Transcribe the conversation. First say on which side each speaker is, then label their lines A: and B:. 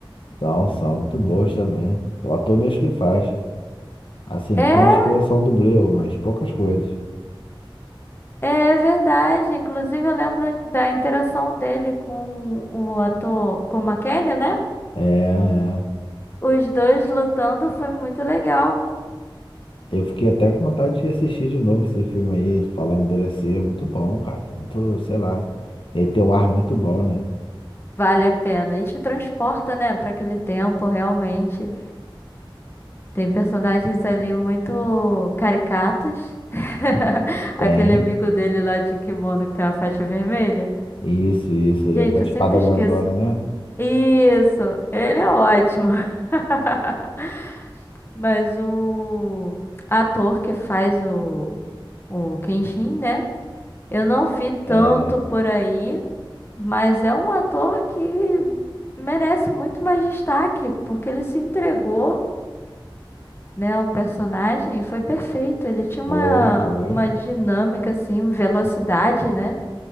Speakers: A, on the left; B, on the left.
A: Então, são muito boas também. O ator mesmo que faz. Assim,
B: É,
A: algumas coisas são dublê, mas poucas coisas.
B: É verdade. Inclusive, eu lembro da interação dele com o ator, com o McKenna, né?
A: É, é.
B: Os dois lutando foi muito legal.
A: Eu fiquei até com vontade de assistir de novo esse filme aí, falando dele assim. É muito bom, cara. Muito, sei lá. Ele tem um ar muito bom, né?
B: Vale a pena. E te transporta, né, para aquele tempo, realmente. Tem personagens ali muito caricatos. <laughs>
A: Tem.
B: Aquele amigo dele lá de kimono que tem uma faixa vermelha.
A: Isso, isso.
B: Gente,
A: Ele é com a
B: eu
A: espada
B: sempre
A: grandona,
B: esqueço.
A: né?
B: Isso, ele é ótimo. <laughs> Mas o ator que faz o, o Kenshin, né? Eu não vi tanto
A: É,
B: por aí, mas é um ator que merece muito mais destaque, porque ele se entregou, né, ao personagem e foi perfeito. Ele tinha uma,
A: foi, foi.
B: uma dinâmica, assim, velocidade, né?